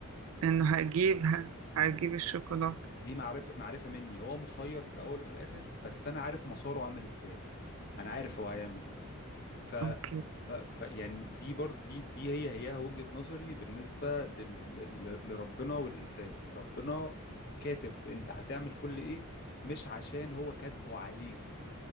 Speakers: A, on the right (about 70°); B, on the left (about 45°).
A: انه هجيبها هجيب الشوكولاتة
B: دي معرفه معرفه مني هو مخير في الاول وفي الاخر بس انا عارف مساره عامل ازاي انا عارف هو هيعمل ايه ف
A: اوكي
B: ف, ف يعني دي برضه دي دي هي هيها وجهة نظري بالنسبه لل... لل- لربنا والانسان ربنا كاتب انت هتعمل كل ايه مش عشان هو كاتبه عليك